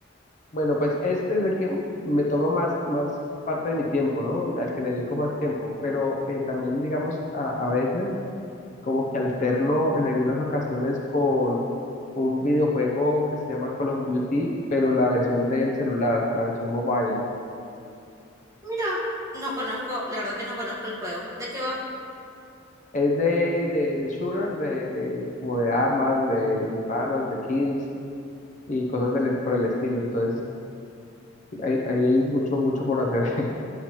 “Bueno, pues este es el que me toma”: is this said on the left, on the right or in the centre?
Left